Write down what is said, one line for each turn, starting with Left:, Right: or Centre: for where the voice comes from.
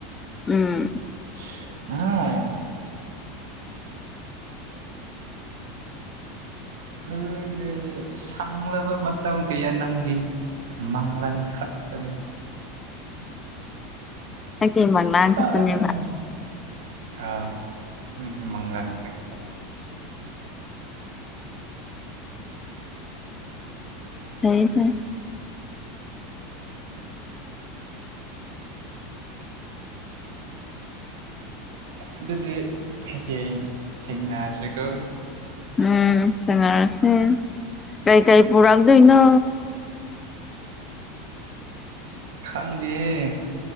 Left: ꯎꯝ
Right: <unintelligible> ꯑꯗꯨꯗꯤ ꯁꯪꯂꯕ ꯃꯇꯝ ꯀꯌꯥ ꯅꯪꯒꯤꯅꯤ ꯃꯪꯂꯥꯟ ꯈꯛꯇꯅꯤ
Left: ꯑꯩꯒꯤ ꯃꯪꯂꯥꯟ ꯈꯛꯇꯅꯦꯕ
Right: ꯑꯥꯏ ꯑ ꯎꯝ ꯃꯪꯂꯥꯟ ꯈꯛ
Left: ꯐꯩ ꯐꯩ
Right: ꯑꯗꯨꯗꯤ ꯍꯌꯦꯡ ꯊꯦꯡꯅꯔꯁꯤꯀꯣ
Left: ꯎꯝ ꯊ‌ꯦꯡꯅꯔꯁꯦ ꯀꯩꯀꯩ ꯄꯨꯔꯛꯗꯨꯏꯅꯣ
Right: <inaudible> ꯈꯪꯗꯦꯍꯦ